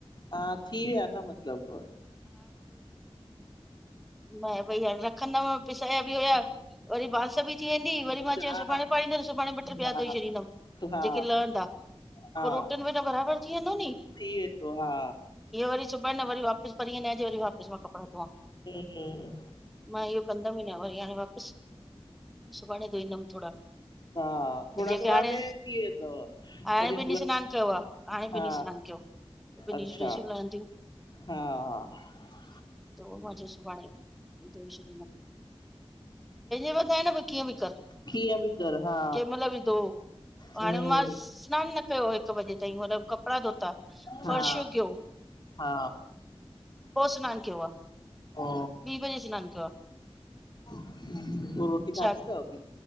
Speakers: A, on the left (about 45°); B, in the centre.
A: हा थी विया न मतलब।
B: न भई हाणे रखंदमि पिसाया बि हुया वरी बांस बि थी वेंदी वरी। मां चयो
A: हा
B: सुभाणे पाणींदि सुभाणे ॿिया
A: हा
B: धोई छॾींदमि
A: हा
B: जेके लहंदा।
A: हा
B: पो रोटन बि न बराबरि थी वेंदो
A: थी वेंदो हा
B: वरी सुबाइ वरी वापिस परीअ न वापस मां कपड़ा धोआ।
A: ऐं
B: इहो कंदम ई न वरी हाणे वापसि सुभाणे धोईंदमि थोरा।
A: हा थोरा
B: जेके
A: थोरा
B: हाणे
A: में थी वेंदव
B: हाणे
A: वरी
B: बि सनान कयो आहे हाणे
A: हा
B: सनान। बिनीश
A: अच्छा
B: ड्रेसूं लयन्दू।
A: हा हा
B: त उहो मां चयो सुभाणे पंहिंजे मथां आहे न भई कीअं बि कर।
A: कीअं बि कर हा
B: कंहिं महिल विधो हाणे
A: हम्म
B: मां सनानु न कयो हिकु बजे। त मतलब कपड़ा धोता।
A: हा
B: फर्शू उगयो
A: हा
B: पो सनान कयो आ।
A: ओ
B: बि वजे कयो आ।
A: पो रोटी
B: छा
A: खादी तौ अदी।